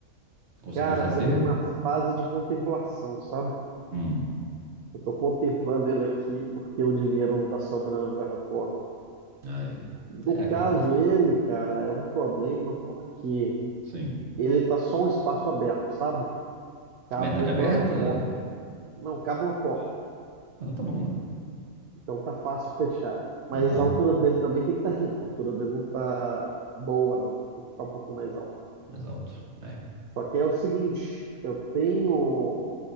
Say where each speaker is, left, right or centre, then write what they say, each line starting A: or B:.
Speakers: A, on the right; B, on the right.
A: Conseguiu
B: Cara,
A: fazer?
B: eu tô na fase de contemplação, sabe?
A: Hum,
B: Eu tô contemplando ele aqui porque o dinheiro não tá sobrando para reforma.
A: aí,
B: No
A: é aquela
B: caso,
A: questão.
B: ele, cara, é um problema porque
A: Sim.
B: ele tá só um espaço aberto, sabe? Cabe
A: A metade
B: uma
A: aberta? Ah,
B: porta. Não, cabe uma porta.
A: então tá bom, né?
B: Então tá fácil fechar. Mas
A: Ah, tá
B: a altura dele também tem que terminar. A altura dele não tá boa, não. Tem que ficar um pouquinho mais alto.
A: mais alto. É.
B: Só que é o seguinte, eu tenho